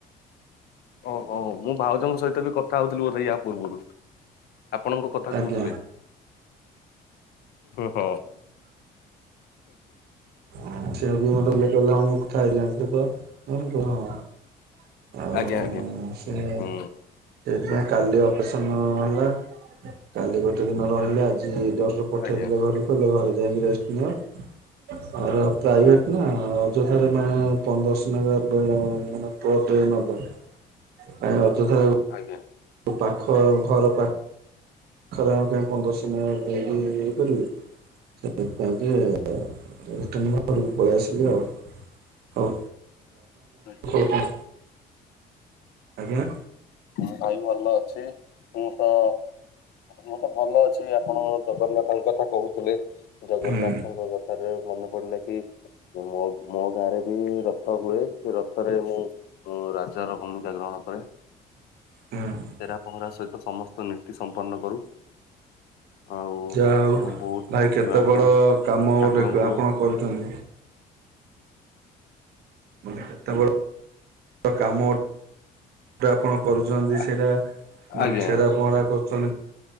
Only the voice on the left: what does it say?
ଓହୋ ମୁଁ ଭାଉଜଙ୍କ ସହିତ ବି କଥା କଥା ହୋଉଥିଲି ବୋଧେ ୟା ପୂର୍ବରୁ ଆପଣଙ୍କ କଥା
କହୁଥିଲେ। ହଁ।
ଆଜ୍ଞା ଆଜ୍ଞା
ହୁଁ
ଆଜ୍ଞା
ଆଜ୍ଞା।
ଆଜ୍ଞା।
ହଁ ଭାଇ ଭଲ ଅଛି। ମୁଁ ତ ମୁଁ ତ ଭଲ ଅଛି। ଆପଣ ଜଗନ୍ନାଥଙ୍କ କଥା କହୁଥିଲେ ଜଗନ୍ନାଥଙ୍କ
କ ଥାରୁ ମନେ ପଡ଼ିଲା କି ମୋ ମୋ ଗାଁରେ ବି ରଥ ହୁଏ, ସେ ରଥରେ ମୁଁ ମୁଁ ରାଜା ର ଭୂମିକା ଗ୍ରହଣ କରେ।
ଛେରା ପହଁରା ସହିତ ସମସ୍ତ ନୀତି ସମ୍ପନ୍ନ କରୁ। ଆଉ
ବହୁତ
ଭକ୍ତି
ଭାବରେ
ଠାକୁରଙ୍କୁ
ଆ-
ଆଜ୍ଞା